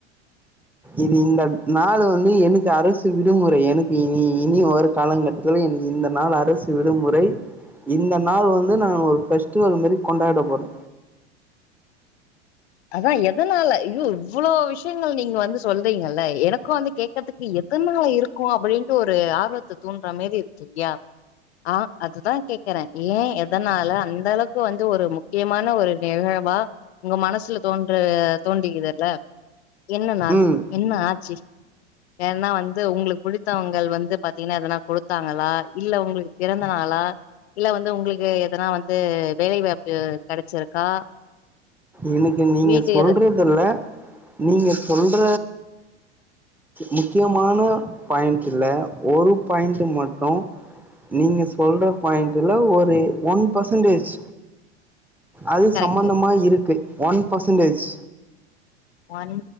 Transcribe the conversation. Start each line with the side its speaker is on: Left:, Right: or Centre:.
Centre: இது இந்த நாளு வந்து எனக்குஅரசு விடுமுறை எனக்கு இனி இனி வரு காலங்கட்டத்துல எனக்கு இந்த நாள் அரசு விடுமுறை இந்த நாள் வந்து நா ஒரு ஃபெஸ்டிவல் மாரி கொண்டாட போறே
Left: அதா எதனால அய்யோ இவ்வளோ விஷயங்கள் நீங்க வந்து சொல்றீங்கல்ல எனக்கு வந்து கே க்கத்துக்கு எதனால இருக்கு அப்படின்ட்டு ஒரு ஆர்வத்த தூண்ற மேரி இருக்கில்யா ஆ அதுதா கேக்குறே ஏ எதனால அந்த அளவுக்கு வந்து ஒரு முக்கியமான ஒரு நிகழ்வா உங்க மனசுல தோன்ற தோன்றிக்குதுல என்ன நாள்
Centre: ம்
Left: என்ன ஆச்சி ஏனா வந்து உங்களுக்கு புடித்தவங்கள் வந்து பாத்தீங்ன்னா எதனா குடுத்தாங்களா இல்ல உங்குளுக்கு பிறந்தநாளா இல்ல வந்து உங்களுக்கு எதனா வந்து வேலைவாய்ப்பு கெடச்சிருக்கா
Centre: எனக்கு நீங்க
Left: வீட்டு
Centre: சொல்றதுல்ல
Left: எது
Centre: நீங்க சொல்ற முக்கியமான பாயிண்டுல ஒரு பாயிண்ட்டு மட்டு நீங்க சொல்ற பாயிண்ட்ல ஒரு ஒன் பெர்சன்டேஜ் அது
Left: கரெக்ட்
Centre: சம்பந்தமா இருக்கு ஒன் பர்சன்டேஜ்
Left: ஒன்